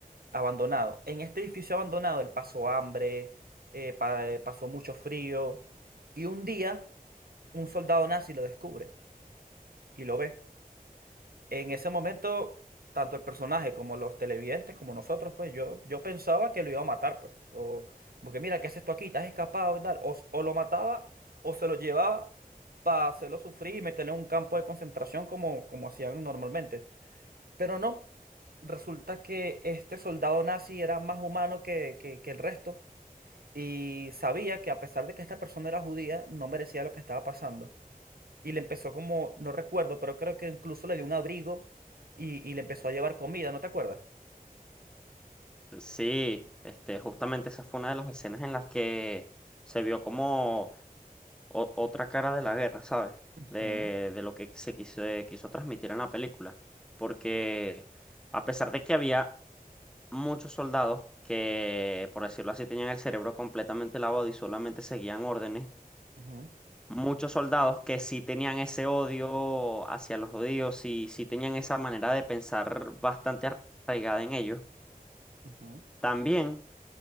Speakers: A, on the right; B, in the centre.
A: abandonado. En este edificio abandonado él pasó hambre, eh, pa- eh, pasó mucho frío y un día un soldado nazi lo descubre y lo ve en ese momento, tanto el personaje como los televidentes, como nosotros, pues yo, yo pensaba que lo iba a matar, pues. O, porque mira, ¿qué haces tú aquí? ¿Estás escapado y tal? O, s- o lo mataba o se lo llevaba para hacerlo sufrir y meterle en un campo de concentración como, como hacían normalmente. Pero no, resulta que este soldado nazi era más humano que, que que el resto y sabía que a pesar de que esta persona era judía, no merecía lo que estaba pasando y le empezó como, no recuerdo, pero creo que incluso le dio un abrigo y, y le empezó a llevar comida, ¿no te acuerdas?
B: Sí, este, justamente esa fue una de las escenas en las que se vio como... o- otra cara de la guerra, ¿sabes?
A: Ujú,
B: De, de lo que se quiso, quiso transmitir en la película. Porque a pesar de que había muchos soldados que, por decirlo así, tenían el cerebro completamente lavado y solamente seguían órdenes,
A: ujú,
B: muchos soldados que sí tenían ese odio hacia los judíos y sí tenían esa manera de pensar bastante arraigada en ellos,
A: ujú,
B: también